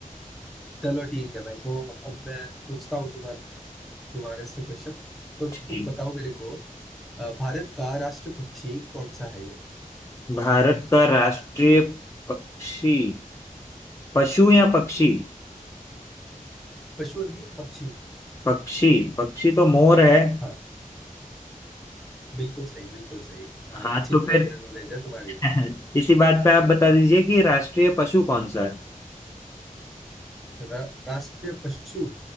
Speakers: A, in the centre; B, on the left.
A: चलो ठीक है भाई तो अब मैं पूछता हूँ तुम्हारे तुम्हारे से क्वेश्चन तो
B: ठीक
A: तुम बताओ मेरे को अ, भारत का राष्ट्र पक्षी कौन सा है ये
B: भारत का राष्ट्रीय पक्षी पशु या पक्षी
A: पशु नहीं पक्षी
B: पक्षी पक्षी तो मोर है
A: हाँ बिल्कुल सही बिल्कुल सही अ,
B: हाँ
A: अच्छी
B: तो
A: जनरल
B: फिर
A: नॉलेज है तुम्हारी
B: <laughs> इसी बात पे आप बता दीजिए कि राष्ट्रीय पशु कौन सा है
A: रा, राष्ट्रीय पशु